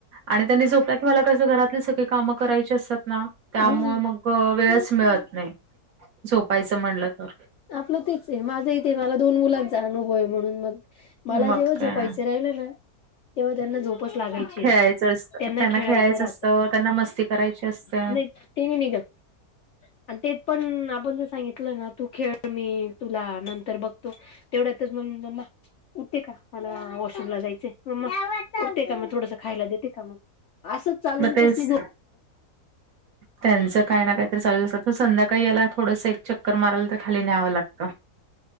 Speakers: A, on the right (about 65°); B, on the left (about 65°).
A: आणि त्यांनी झोपत की मला क घरातले सगळी काम करायची असतात ना त्यामुळे
B: हा
A: मग वेळच मिळत
B: हा.
A: नाही झोपायचं म्हणलं तर
B: आपलं तेच आहे माझं इथे मला दोन मुलांचा अनुभव आहे म्हणून मग मला
A: मग
B: जेव्हा
A: काय
B: झोपायचं राहिलं ना तेव्हा त्यांना झोपच लागायची
A: खेळायचं
B: नाही
A: असतं
B: त्यांना खेळायच्या
A: खेळायचं
B: राहत
A: असतं त्यांना मस्ती करायची असते
B: नाही तने निघा आणि ते पण आपण जर सांगितलं ना तू खेळ मी तुला नंतर बघ तेवढ्यातच म म्मा उठते का मला वॉशरूमला जायचंय म्मा करते का मग थोडस खायला देते का मग असं चालून
A: मग तेच
B: कस जो
A: त्यांचं काय ना काही चालू असतात तर संध्याकाळी याला थोडंसं एक चक्कर मारायला तर खाली न्यावं लागत